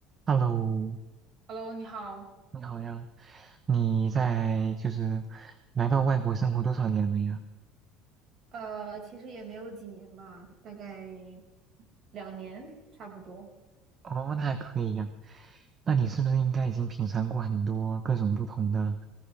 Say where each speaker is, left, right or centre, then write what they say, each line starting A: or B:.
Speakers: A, on the right (about 35°); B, on the right (about 50°).
A: Hello，
B: Hello，你好。
A: 你好呀，你在就是来到外国生活多少年了呀？
B: 呃，其实也没有几年吧，大概两年差不多。
A: 哦，那还可以呀。那你是不是应该已经品尝过很多各种不同的